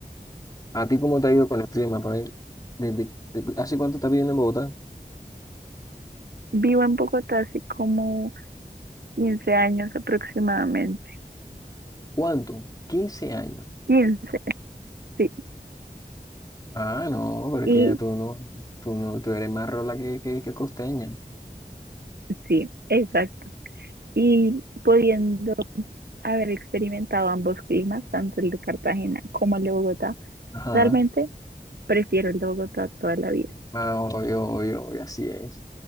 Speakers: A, on the left (about 25°); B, on the right (about 80°).
A: ¿A ti cómo te ha ido con el clima, Pavel? ¿Desde, de- ¿hace cuánto estás viviendo en Bogotá?
B: Vivo en Bogotá hace como 15 años aproximadamente.
A: ¿Cuánto? quince años.
B: Quince. sí,
A: Ah, no, porque
B: Y
A: ya tú no, tú no, tú eres más rola que, que, que costeña.
B: sí, exacto. y pudiendo haber experimentado ambos climas, tanto el de Cartagena como el de Bogotá,
A: Ajá.
B: realmente prefiero el de Bogotá toda la vida.
A: Ah, obvio, obvio, obvio, así es.